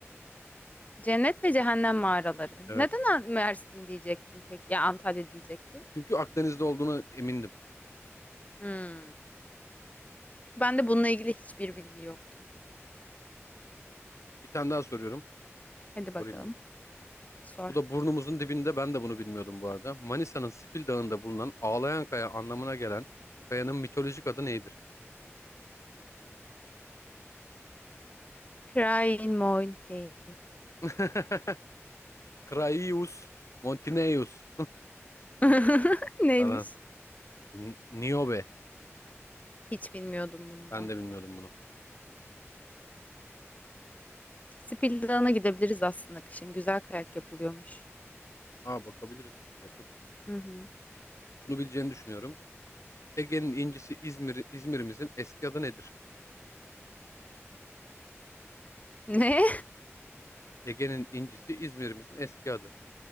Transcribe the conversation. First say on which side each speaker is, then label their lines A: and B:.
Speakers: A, on the left; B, on the left.
A: Cennet ve Cehennem mağaraları.
B: Evet.
A: Neden An- Mersin diyecektim peki? Ya Antalya diyecektin.
B: Çünkü Akdeniz'de olduğunu emindim.
A: Hmm. Ben de bununla ilgili hiçbir bilgi yoktu.
B: Bir tane daha soruyorum.
A: Hadi bakalım.
B: Sorayım mı?
A: Sor.
B: Bu da burnumuzun dibinde ben de bunu bilmiyordum bu arada. Manisa'nın Sipil Dağı'nda bulunan ağlayan kaya anlamına gelen kayanın mitolojik adı nedir?
A: Crying Mountain.
B: <laughs> Kraius, Montineus
A: <laughs> Neymiş?
B: falan. N- Niobe.
A: Hiç bilmiyordum bunu
B: Ben
A: da.
B: de bilmiyordum bunu.
A: Spildan'a gidebiliriz aslında kışın. Güzel kayak yapılıyormuş.
B: Aa bakabiliriz yakın.
A: Hı hı.
B: Bunu bileceğini düşünüyorum. Ege'nin incisi İzmir, İzmir'imizin eski adı nedir?
A: Ne?
B: Ege'nin incisi İzmir'imizin eski adı.